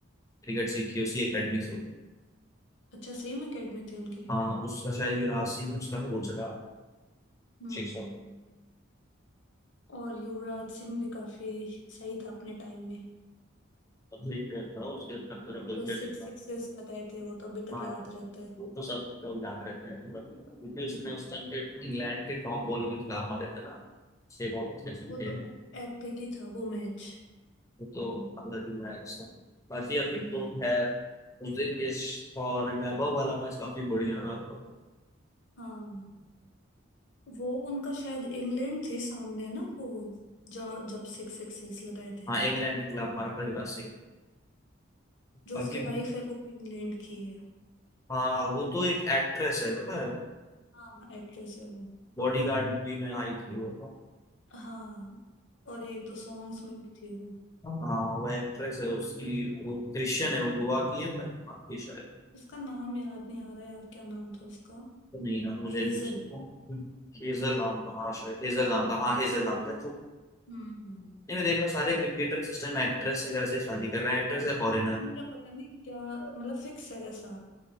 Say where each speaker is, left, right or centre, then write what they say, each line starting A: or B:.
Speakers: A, on the left (about 15°); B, on the left (about 60°).
A: क्रिकेट सीखी उसी अकेडमी से
B: अच्छा सेम एकेडमी थी उनकी
A: हाँ उसका शायद युवराज सिंह ने उसका कोच रहा अभिषेक
B: हम्म
A: शर्मा
B: और युवराज सिंह भी काफी सही था अपने टाइम में
A: और तो एक प्लेयर था उसके अंदर तो डबल
B: जो
A: प्लेयर
B: सिक्स
A: दिखा
B: सिक्सेस लगाए थे वो तो अभी
A: हाँ
B: तक याद रहते हैं
A: वो तो सब लोग याद रहते हैं मतलब क्योंकि
B: <laughs>
A: उसने उस टाइम के इंग्लैंड के टॉप बॉलर के खिलाफ मारे थे ना छह बॉल छह छक्के
B: वो तो एपिक ही था वो मैच
A: तो अगला दिन आएगा। बाकी अभी
B: हम्म
A: तो खैर उस दिन ये फॉर रिमेम्बर वाला मैच काफी बढ़िया रहा था
B: हाँ वो उनका शायद इंग्लैंड थी सामने ना वो जो जब सिक्स सिक्सेस लगाए थे
A: हाँ इंग्लैंड के खिलाफ हमारा पहली सीरीज
B: जो
A: बाकी
B: उसके वाइफ है वो भी इंग्लैंड की है
A: हाँ वो तो एक एक्ट्रेस है पता है
B: हाँ एक्ट्रेस है वो
A: बॉडीगार्ड मूवी में आई थी वो
B: हाँ और एक दो सॉन्ग्स में भी थी वो
A: हाँ वो एक्ट्रेस है उसकी वो क्रिश्चियन
B: हम्म,
A: है वो गोवा की है मैंने कहा कि शायद
B: उसका नाम याद नहीं आ रहा यार क्या नाम था उसका
A: नहीं है मुझे
B: हेजल
A: भी उसको हेजल नाम था हाँ शायद हेजल नाम था हाँ हेजल नाम था
B: हम्म
A: नहीं मैं देख रहा हूँ सारे क्रिकेटर सिस्टम एक्ट्रेस वगैरह से शादी कर रहे हैं एक्ट्रेस है फॉरेनर
B: हाँ इनका पता नहीं क्या मतलब फिक्स है ऐसा